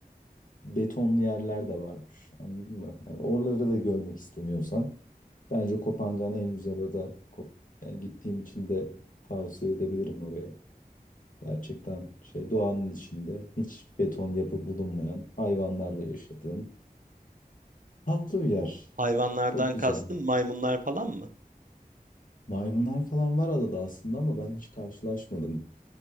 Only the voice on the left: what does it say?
betonlu yerler de varmış. Anladın mı? Yani oraları da görmek istemiyorsan bence Kopangan en güzel ada. Kop- Yani gittiğim için de tavsiye edebilirim orayı. Gerçekten şey doğanın içinde hiç beton yapı bulunmayan hayvanlarla yaşadığın tatlı bir yer.
Çok
güzel.
Maymunlar falan var adada aslında ama ben hiç karşılaşmadım.